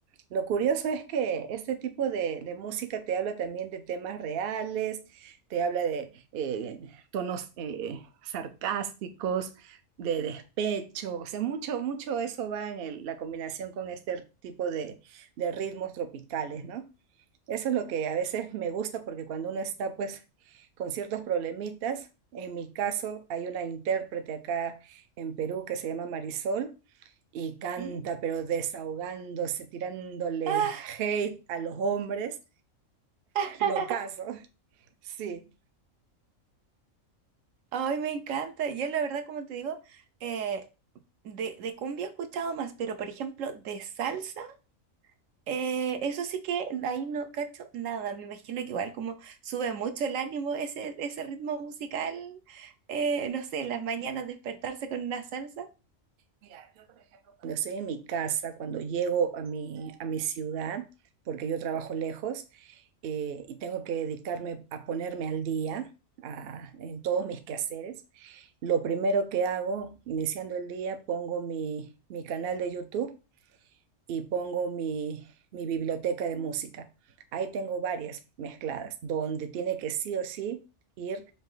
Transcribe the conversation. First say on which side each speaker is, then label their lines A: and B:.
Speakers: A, on the right; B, on the right.
A: Lo curioso es que este tipo de, de música te habla también de temas reales, te habla de eh, tonos eh, sarcásticos, de despecho, o sea, mucho, mucho eso va en el- la combinación con este tipo de, de ritmos tropicales, ¿no? Eso es lo que a veces me gusta porque cuando uno está pues con ciertos problemitas, en mi caso hay una intérprete acá en Perú que se llama Marisol y canta
B: Ujú.
A: pero desahogándose, tirándole
B: Ah,
A: hate a los hombres,
B: <laughs>
A: lo caso, <laughs> sí.
B: ay, me encanta. Yo la verdad, como te digo, eh, de, de cumbia he escuchado más, pero por ejemplo, de salsa, eh, eso sí que ahí no cacho nada. Me imagino que igual como sube mucho el ánimo ese, ese ritmo musical, eh, no sé, en las mañanas despertarse con una salsa.
A: Mira, yo por ejemplo, cuando estoy en mi casa, cuando llego a mi, a mi ciudad, porque yo trabajo lejos, eh, y tengo que dedicarme a ponerme al día a- en todos mis quehaceres, lo primero que hago, iniciando el día, pongo mi, mi canal de YouTube y pongo mi, mi biblioteca de música. Ahí tengo varias mezcladas, donde tiene que sí o sí ir